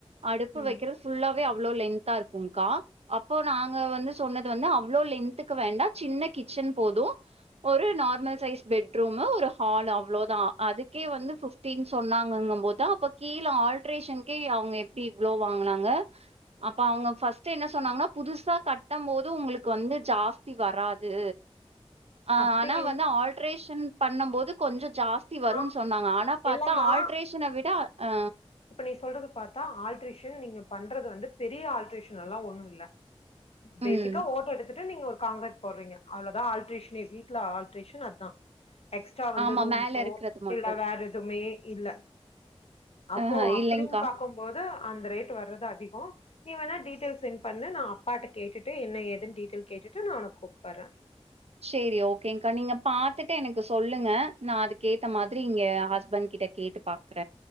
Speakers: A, on the right (about 70°); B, on the left (about 65°).
A: அடுப்பு
B: ம்
A: வைக்கிறது ஃபுல்லாவே அவ்வளோ லென்த்தா இருக்குக் கா அப்போ நாங்க வந்து சொன்னது வந்து அவ்ளோ லென்த்துக்கு வேண்டா சின்ன கிச்சன் போது ஒரு நார்மல் சைஸ்ஸு பெட்ரூமு ஒரு ஹால் அவ்ளோதா அதுக் கே வந்து ஃப்டீன் சொன்னாங்கங்கபோதா அப்ப கீழ ஆல்ட்ரேஷன்கே அவுங்க எப்டி இவ்ளோ வாங்குனாங்க அப்ப அவுங்க ஃபஸ் ட்டு என்ன சொன்னாங்கன்னா கட்டபோது உங்களுக்கு வந்து ஜாஸ்தி வராது ஆ
B: அப்டி
A: ஆனா வந்து ஆல்ட்ரேஷன் பண்ணபோது கொஞ்சோ ஜாஸ் தி வரும்ன்னு
B: ஆ
A: சொன்னாங்க ஆனா பாத்தா
B: இல்லமா
A: ஆல்ட்ரேஷன விட ஆ
B: இப்ப நீ சொல்றது பாத்தா ஆல்ட்ரேஷன் நீங்க பண்றது வந்து பெரிய ஆல்ட்ரேஷன் எல்லா ஒண்ணு இல்ல பேசிக்கா
A: ம்
B: ஓட்ட எடுத்துட்டு நீங்க ஒரு காங்கரக்ட் போட்றீங்க அவ்ளோதா ஆல்ட்ரேஷன்னே வீட்டுல ஆல்ட்ரேஷன் அதுதா எக்ஸ்ட்ரா வந்து
A: ஆமா
B: ரூம்ஸோ
A: மேல இருக்கறது மட்டு.
B: இல்ல வேற எதுமே இல்ல அப்போ
A: அ
B: அப்டின்னு
A: இல்லைங்க்கா.
B: பாக்கபோது அந்த ரேட் வர்றது அதிகோ நீ வேணா டீடைல் செண்ட் பண்ணு நா அப்பாட்ட கேட்டுட்டு என்ன ஏதுன்னு டீடைல் கேட்டுட்டு நா உனக்கு கூப்பறே <inaudible>
A: சேரி ஓகேங் க்கா நீங்க பாத்துட்டு எனக்கு சொல்லுங்க நா அதுக்கேத்த மாரி இங்க எ ஹஸ்பண்ட் கிட்ட கேட்டு பாக்குற